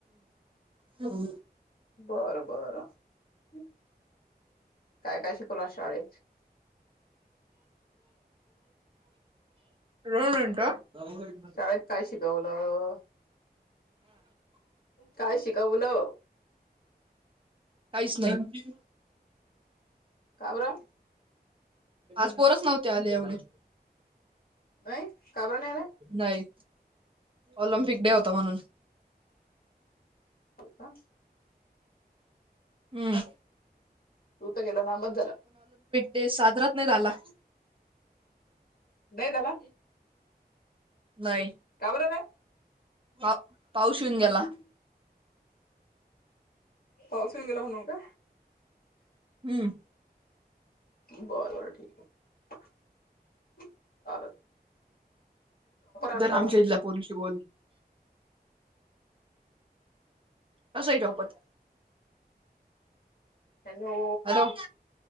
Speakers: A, on the right; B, on the left.
A: हम.
B: बरं, बरं. हं. काय काय शिकवल आज शाळेत?
A: रेल इंटा --
B: शाळेत काय शिकवलं. काय शिकवलं?
A: काहीच नाही.
B: काबर?
A: आज पोरच नव्हती आली एवढी.
B: नाहीत. का बर नाही आले?
A: नाही ऑलिम्पिक डे होता म्हणून.
B: का?
A: हम्म.
B: तू तर गेला ना बसं झाल.
A: ते साजरात नाही झाला.
B: नै झाला.
A: नाही.
B: काबर र?
A: पाऊ पाऊस येऊन गेला.
B: पासून येऊन गेला म्हणू का?
A: हम्म.
B: बर बर ठीक काय. चाललं. आणलं
A: तर आमच्या पोरीशी बोल. कस हाय ठोपत?
B: हॅलो,
A: हॅलो